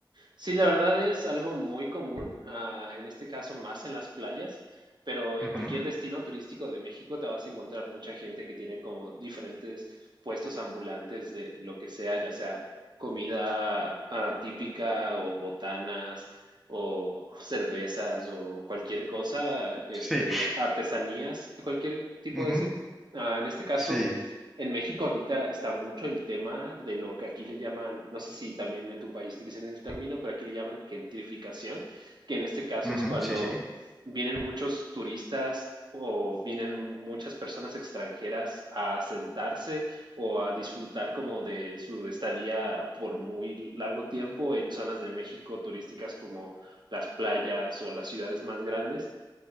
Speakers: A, on the right; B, in the centre.
A: Sí, la verdad es algo muy común, ah, en este caso más en las playas, pero en
B: Ujú,
A: cualquier destino turístico de México te vas a encontrar mucha gente que tiene como diferentes puestos ambulantes de lo que sea, ya sea comida ah, típica o botanas o cervezas o cualquier cosa, este,
B: Sí,
A: artesanías y cualquier tipo
B: ujú,
A: de ese. Ah, en este caso,
B: sí,
A: en México ahorita está mucho el tema de lo que aquí le llaman, no sé si también en tu país utilizan el término, pero aquí le llaman gentrificación, que en este caso
B: ujú,
A: es cuando
B: sí, sí,
A: vienen muchos turistas o vienen muchas personas extranjeras a asentarse o a disfrutar como de su estadía por muy largo tiempo en zonas de México turísticas como las playas o las ciudades más grandes